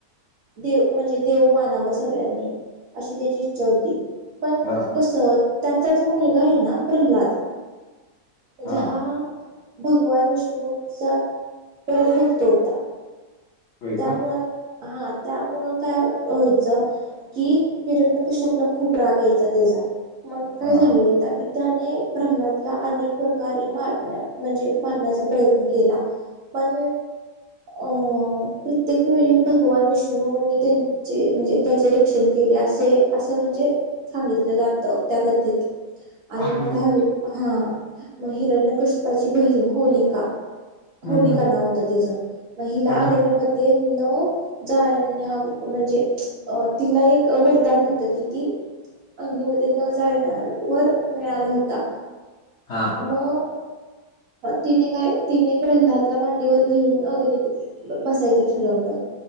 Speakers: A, on the right; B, on the left.
A: देव म्हणजे देव मानावं सगळ्यांनी, अशी त्याची इच्छा होती. पण
B: हां,
A: कस त्याचाच मुलगा आहे ना प्रल्हाद. म्हणजे
B: हां.
A: हा, भगवान विष्णूचा, परम भक्त होता.
B: होय
A: त्यामुळे,
B: का?
A: हा त्यामुळं काय व्हायचं कि हिरण्य कश्यपला खूप राग यायचा तेजा, मग काय
B: हां.
A: झालं एकदा कि त्याने प्रल्हादला अनेक प्रकारे मार म्हणजे मारण्याचा प्रयत्न केला. पण, अं प्रत्येक वेळी भगवान विष्णूनी त्यां चे म्हणजे त्याचे रक्षण केले असे असं म्हणजे, सांगितलं जात त्या कथेत. आणि
B: अरे
A: मग
B: वाह!
A: काय हो, हा, म हिरण्यकश्पाची बहीण होलिका.
B: हं,
A: होलिक
B: हं,
A: नाव होतं तिज, म हिला
B: हं,
A: अग्न
B: हं.
A: म <unintelligible> जाळण्याव म्हणजे, तिला एक वरदान हो त किती, अग्नीमध्ये न जाण्यावर मिळाला होता.
B: हा.
A: म. तिने काय तिने प्रल्हादला मांडीवर घेऊन अग्नीत, बसायच ठरवलं,